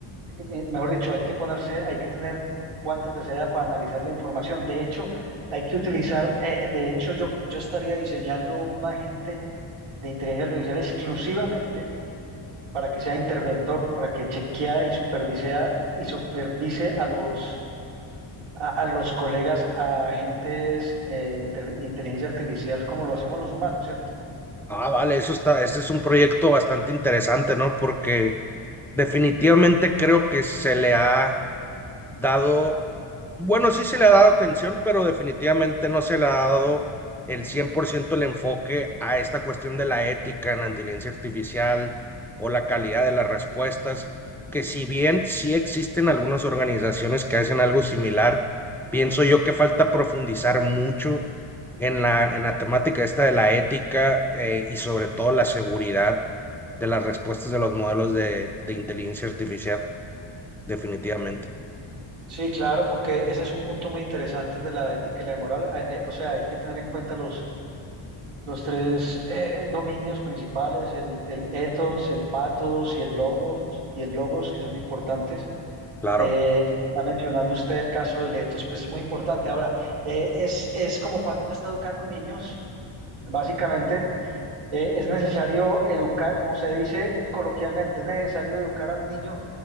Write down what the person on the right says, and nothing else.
me- mejor dicho, hay que ponerse, hay que tener guantes de seda para analizar la información. De hecho, hay que utilizar, eh, de hecho, yo, yo estaría diseñando un agente de inteligencia artificial exclusivamente para que sea interventor, para que chequea y supervisea y supervise a los a, a los colegas, a agentes eh, inter- inteligencia artificial como lo hacemos los humanos, ¿cierto?
Sí, claro, porque ese es un punto muy interesante el de la ética y la moral. Hay- hay- o sea, hay que tener en cuenta los, los tres eh, eh, dominios principales, el, el ethos, el pathos y el logos, y el logos que son importantes.
Eh, el que está mencionando usted el caso del ethos, pues es muy importante. Ahora, eh, es, es como cuando uno está educando niños, básicamente. Eh, es necesario educar, como se dice coloquialmente, es necesario educar al niño